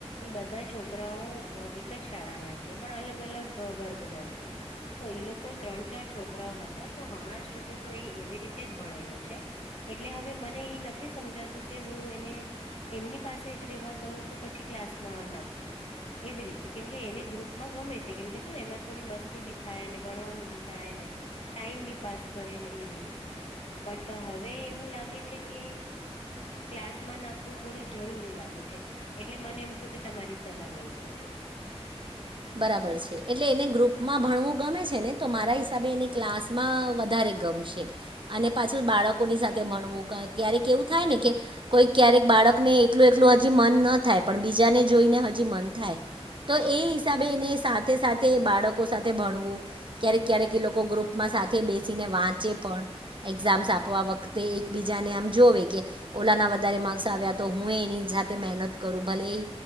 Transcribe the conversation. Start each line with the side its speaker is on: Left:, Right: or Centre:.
Left: એ બધા છોકરાઓ અ એક જ શાળાના છે, પણ અલગ અલગ વર્ગના છે. તો એ લોકો ત્રણ ચાર છો છોરાઓ હતા તો હમણાં સુધી તો એ એવી રીતે જ ભણેલો છે, એટલે હવે મને એ નથી સમ જાતુ કે હું એને એમની પાસે જ રેવા દઉં કે પછી ક્લાસમાં નાખું? એવી રીતે કેમ કે એને ગ્રુપમાં ગમે છે, કેમ કે શું એમાં થોડી મસ્તી બી થાય ને ભણવાનું બી થાય ને ટાઈમ બી પાસ કરેને એવી રીતે બટ હ હવે એવું લાગે છે, કે ક્લાસમાં નાખવું થોડી જરૂરી લાગે છે, એટલે મને એમ થયું કે તમારી સલાહ લઈ લો એમ
Right: બરાબર છે, એટલે એને ગ્રુપમાં ભણવું ગમે છે, ને તો મારા હિસાબે એને ક્લાસમાં વધારે ગમશે અને પાછુ બાળકોની સાથે ભણવું કા ક્યારેક એવું થાય ને કે કોઈ ક્યારેક બાળકને એકલું એકલું હજી મન ન થાય પણ બીજાને જોઈને હજી મન થાય તો એ હિસાબે એને સાથે સાથે બાળકો સાથે ભણવું ક્યારેક ક્યારેક એ લોકો ગ્રુપમાં સાથે બેસીને વાચે પણ એકઝામ આપવા વખતે એક બીજાને આમ જોવે કે ઓલાના વધારે માકર્સ આવ્યા તો હું એની સાથે મહેનત કરું ભલે એ